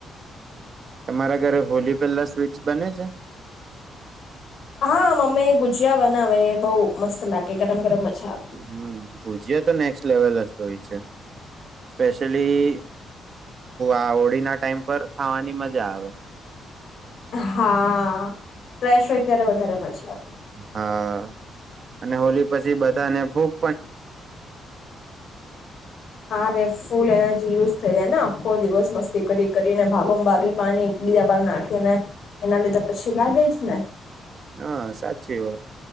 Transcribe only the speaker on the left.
હા મમ્મી ગુજિયા બનાવે બહુ મસ્ત લાગે ગરમ ગરમ. મજા આવે.
હા ફ્રેશ હોય ત્યારે વધારે મજા આવે.
હા રે ફૂલ એનર્જી યુઝ થઈ જાય ને આખો દિવસ મસ્તી કરી કરીને ભાગો ભાગે પાની એક બીજા ઉપર નાખી ને એના લીધે પછી લાગે જ ને